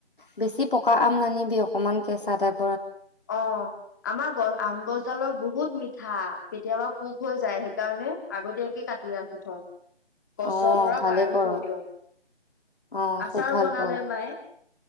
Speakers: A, on the left; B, on the left.
A: বেছি পকা আম নানিবি, অকমান কেঁচা টাইপ
B: অ', আমাৰ গছ, আম গছডালৰ বহুত মিঠা কেতিয়াবা পোক হৈ যায়, সেইকাৰণে আগতীয়াকে কাটি ৰাখি থওঁ। গছৰ
A: অ
B: পৰা
A: ভালে
B: পাৰি
A: কৰ
B: থৈ দিওঁ,
A: অ
B: আচাৰ
A: খুব ভাল
B: বনালে
A: কৰ
B: মায়ে।